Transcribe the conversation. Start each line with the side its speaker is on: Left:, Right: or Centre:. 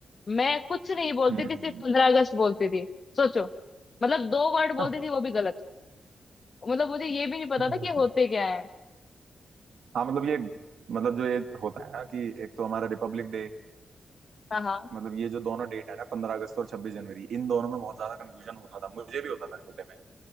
Left: मैं कुछ नहीं बोलती
Right: हम्म
Left: थी सिर्फ पंद्रह अगस्त बोलती थी सोचो मतलब दो वर्ड बोलती
Right: <laughs>
Left: थी वो भी गलत मतलब मुझे ये भी नहीं पता था
Right: हम्म।
Left: कि होते क्या है
Right: हाँ मतलब ये मतलब जो ये होता है ना कि एक तो हमारा रिपब्लिक डे
Left: हाँ हाँ
Right: मतलब ये जो दोनों डेट है ना पंद्रह अगस्त और छब्बीस जनवरी इन दोनों में बहुत ज्यादा कंफ्यूजन होता था मुझे भी होता था छोटे में